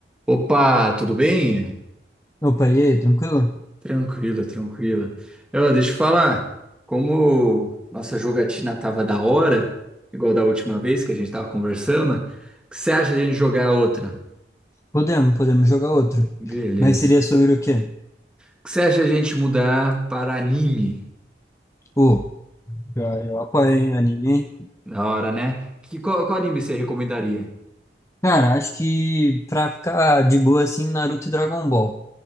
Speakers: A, in the centre; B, on the left.
A: Opa, tudo bem?
B: Opa, e aí, tranquilo?
A: Tranquilo, tranquilo. Eu, deixa eu falar, como nossa jogatina tava da hora, igual da última vez que a gente tava conversando, o que você acha de a gente jogar outra?
B: Podemos, podemos jogar outro.
A: Beleza.
B: Mas seria sobre o quê?
A: O que você acha de a gente mudar para anime?
B: Pô, eu eu apoio hein, o anime. hein?
A: Da hora, né? Que, qual, qual anime você recomendaria?
B: Cara, acho que pra ficar de boa assim, Naruto e Dragon Ball.